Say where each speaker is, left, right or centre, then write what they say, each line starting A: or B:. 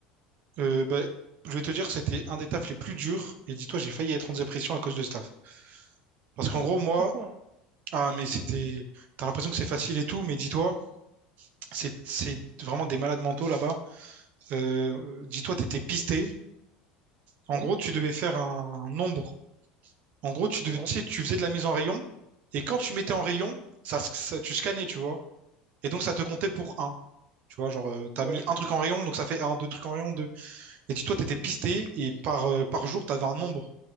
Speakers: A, on the right; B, on the right.
A: Euh, bah, je vais te dire que c'était un des tafs les plus durs. Et dis-toi, j'ai failli être en dépression à cause de ce taf. Parce
B: Oh,
A: qu'en gros, moi,
B: à ce point.
A: ah, mais c'était. T'as l'impression que c'est facile et tout, mais dis-toi, c'est c'est vraiment des malades mentaux là-bas. Euh, dis-toi, t'étais pisté. En
B: Oui,
A: gros, tu devais faire un, un nombre. En gros, tu devais,
B: oui,
A: tu sais, tu faisais de la mise en rayon. Et quand tu mettais
B: oui,
A: en rayon, ça, sc- ça- tu scannais, tu vois. Et donc, ça te comptait pour un. Tu vois, genre, euh, t'as
B: oui,
A: mis
B: effectivement.
A: un truc en rayon, donc ça fait un, deux trucs en rayon, deux. Et dis-toi, t'étais pisté et par, euh, par jour, t'avais un nombre.